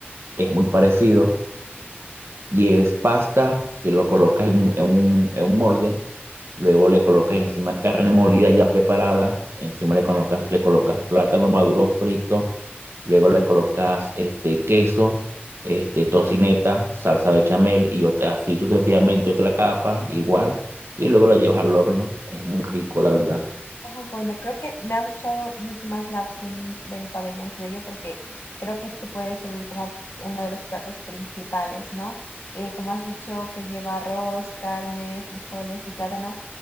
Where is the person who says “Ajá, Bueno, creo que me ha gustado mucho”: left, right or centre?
Left